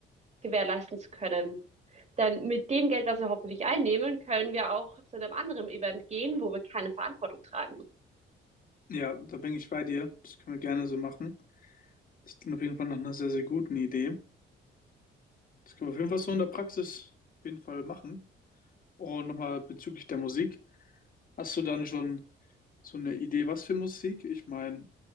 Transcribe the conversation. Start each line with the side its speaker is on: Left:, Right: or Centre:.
Right: gewährleisten zu können. Denn mit dem Geld, was wir hoffentlich einnehmen, können wir auch zu einem anderen Event gehen, wo wir keine Verantwortung tragen.
Left: Ja, da bin ich bei dir. Das können wir gerne so machen. Das klingt auf jeden Fall nach einer sehr, sehr guten Idee. Das können wir auf jeden Fall so in der Praxis auf jeden Fall machen. Und nochmal bezüglich der Musik. Hast du dann schon so eine Idee, was für Musik? Ich meine,